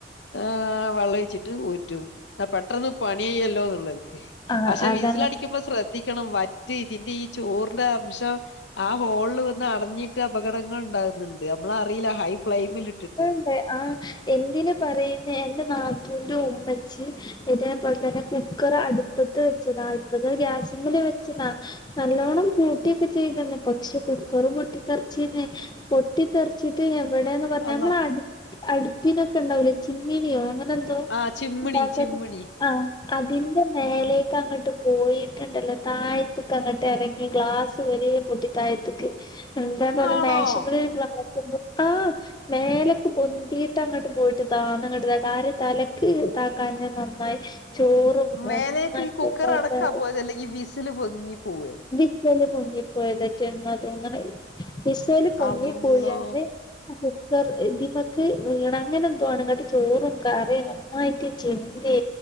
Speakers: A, on the left (about 70°); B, on the left (about 25°).
A: ആഹ് വെള്ളൊയ്ച്ചിട്ട് ഊറ്റും ആഹ് പെട്ട്രന്ന് പണിയയ്യല്ലോന്ന്ള്ളെല്ക്കെ
B: ആഹ്
A: പക്ഷേ
B: അതാണ്
A: വിസിലടിക്ക്യുമ്പോ ശ്രദ്ധിക്കണം വറ്റ് ഇതിന്റെ ഈ ചോറ്ന്റെ അംശം ആ ഹോള്ല് വന്ന് അടഞ്ഞിട്ട് അപകടങ്ങൾ ഇണ്ടാവ്ന്ന്ണ്ട് അമ്മളറീല്ല ഹൈ ഫ്ലെയിമില് ഇട്ടിട്ട്
B: ഇണ്ടെ ആഹ്. എന്തിന് പറയുന്നെ എന്റെ നാത്തൂന്റെ ഉമ്മച്ചി ഇതേപ്പോല്ത്തന്നെ കുക്കർ അട്പ്പത്ത് വെച്ചതാ ഇപ്പത് ഗ്യാസ്മ്മല് വെച്ചെതാ നല്ലോണ്ണം പൂട്ടിയൊക്കെ ചെയ്ത്ണ് പക്ഷെ കുക്കെർ പൊട്ടി ത്തെർച്ചിണ് പൊ ട്ടിത്തെറ്ച്ചിട്ട് എവിടേന്ന് പറ്ഞ്ഞാ
A: അള്ളാ
B: അമ്മളെ അട് അടുപ്പിനൊക്കെ ഇണ്ടാവൂലെ ചിമ്മിനിയോ അങ്ങനെ <unintelligible>
A: ആഹ് ചിമ്മിണി ചിമ്മിണി
B: ആഹ് അതി മേലേക്കങ്ങട്ട് പോയിട്ട്ണ്ടല്ലോ തായ്ത്ത്ക്ക് അങ്ങട്ടെറങ്ങി ഗ്ലാസ് വെരെ പൊട്ടി തായ്ത്ത് എന്താപ്പത്
A: ആണോ
B: മേഷെമ്മെല് <unintelligible> ആഹ് മേലെക്ക് പൊന്തീട്ടങ്ങട്ട് പോയിട്ട് താന്നങ്ങട്ട് <unintelligible> തലെക്ക് ത ക്കാഞ്ഞെ നന്നായി. ചോറും
A: മേലേക്ക്
B: ഒന്നായിട്ട്
A: ഈ കുക്കർ അടക്കാ പോയെത് അല്ലെങ്കി ഈ വിസില് പൊങ്ങി പോവെ?
B: വിസെല് പൊങ്ങിപ്പോയതെറ്റേന്നാ തോന്ന്ണെ വിസെല് പൊങ്ങിപ്പോയാണ്ട്
A: അള്ളോ
B: അതെ ക്കർ എന്തിമ്മെക്ക് വീണ് അങ്ങനെന്തോ ആണ് ഇങ്ങെട്ട് ചോറും കറിയും ഒന്നായിട്ട് ചിന്തി